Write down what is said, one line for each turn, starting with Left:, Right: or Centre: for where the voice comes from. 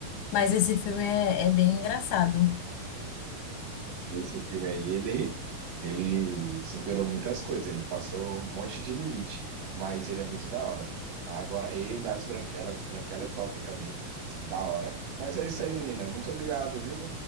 Left: Mas esse filme é, é bem engraçado.
Right: Esse filme aí, ele, ele superou muitas coisas, ele passou um monte de limite, mas ele é muito da hora. Agora, ele, As Branquelas, As Branquelas é top também, da hora. Mas é isso aí, menina. Muito obrigado, viu?